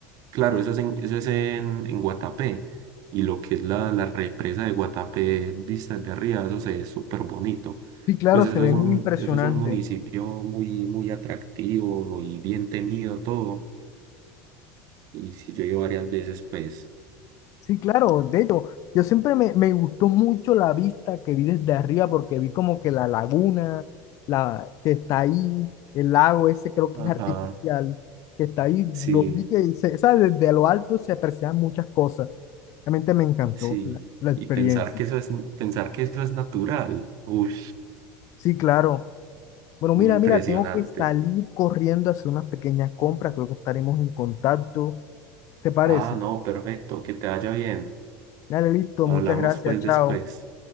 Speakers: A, on the right (about 55°); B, on the left (about 50°).
A: claro, eso es en, eso es en, en Guatapé y lo que es la, la represa de Guatapé vista de arriba, eso se ve súper bonito.
B: Sí, claro,
A: Pues eso
B: se ve
A: es
B: muy
A: un,
B: impresionante.
A: eso es un municipio muy, muy atractivo, muy bien tenido, todo. Y si yo he ido varias veces, pues.
B: Sí, claro, de hecho, yo siempre me, me gustó mucho la vista que vi desde arriba porque vi como que la laguna, la que está ahí, el lago ese creo que
A: Ajá,
B: es artificial, que está ahí,
A: sí,
B: lo vi que se, o sea, desde lo alto se aprecian muchas cosas. Realmente me encantó
A: sí.
B: la, la experiencia.
A: Y pensar que eso es, pensar que eso es natural. Uy,
B: Sí, claro. Bueno,
A: muy
B: mira,
A: impresionante.
B: mira, tengo que salir corriendo a hacer unas pequeñas compras, creo que estaremos en contacto. ¿Te parece?
A: Ah, no, perfecto, que te vaya bien.
B: Dale, listo,
A: Hablamos
B: muchas gracias,
A: pues
B: chao.
A: después.